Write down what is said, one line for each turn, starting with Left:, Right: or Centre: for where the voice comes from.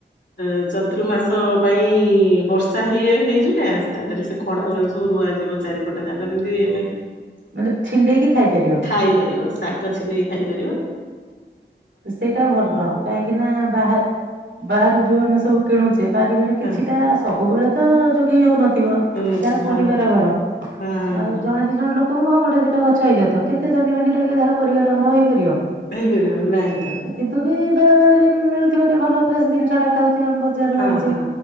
Left: ଅ ଚତୁର୍ମାସ ପାଇଁ ବର୍ଷା ହେଇ ହେଇ ଯିଲା ତା ଦେହରେ ସେ ଖଡା ଗୁଡା ସବୁ ରୁଆଯିବ ଚାରିପଟ ଯାକ ଯେମିତି ଆମେ
Right: ମାନେ ଛିଣ୍ଡେଇକି ଖାଇ ପାରିବ।
Left: ଖାଇପାରିବ ଶାଗ ଛିଣ୍ଡେଇକି ଖାଇପାରିବ
Right: ସେଇଟା ଭଲ କାହିଁକି ନା ବାହା ବାହାରୁ ଯୋଉ ଆମେ ସବୁ କିଣୁଚେ ବାରିଘରେ କିଛିଟା
Left: ହଁ
Right: ସବୁବେଳେ ତ ଯୋଗେଇ ହଉ ନ ଥିବ
Left: ହଉନଥିବ
Right: ଯାର ପରିବାର
Left: ହଁ ହଁ
Right: ଘର
Left: ହଁ ହଁ
Right: ଆଉ
Left: ହଁ
Right: ଜଣେ ଦି ଜଣ ଲୋ କଣ ଗୋଟେ ଦିଟା ଗଛ ହେଇଯାଇଥିବ କେତେ ଜହ୍ନି ଭେଣ୍ଡି ଲାଗିବ ଯାହାର ପରିବାର ଘର ହେଇ ପାରିବ।
Left: ହେଇପାରିବ ନାଇଁ ତ।
Right: କିନ୍ତୁ ବି ବେଳେ ବେଳେ ବି ମିଳୁଥିବ ଟିକେ ଭଲ ଫ୍ରେସ୍ ଜିନିଷ ଟା ଖାଉଥିବା ଆମେ ବଜାରରୁ
Left: ହଁ
Right: ଆଣୁଚେ
Left: ହଁ